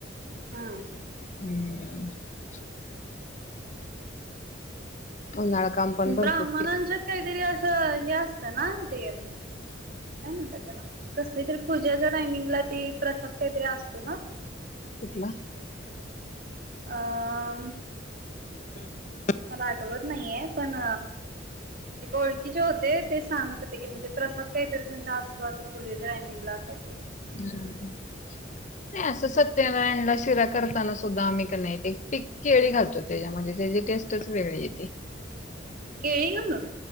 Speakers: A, on the right (about 50°); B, on the left (about 40°).
A: हम्म.
B: <inaudible> उन्हाळा काम पण
A: ब्राह्मणांच्यात
B: भरपूर केलं
A: काहीतरी अस. अस हे असतं ना ते. काय म्हणतात त्याला कसली तरी पूजाच्या टायमिंगला ती प्रसाद काहीतरी असतो ना.
B: कुठला.
A: अं उम.
B: <inaudible>
A: मला आठवत नाहीये पण. एक ओळखीचे होते ते सांगत होते की म्हणजे प्रसाद काहीतरी त्यांचा असतो असं पूजेच्या टायमिंगला काही
B: नाही असं सत. <unintelligible> शिरा करताना सुद्धा आम्ही कणी एक पीक केळी घालतो त्याच्यामध्ये त्याची टेस्टच वेगळी. येती.
A: केळी घालून.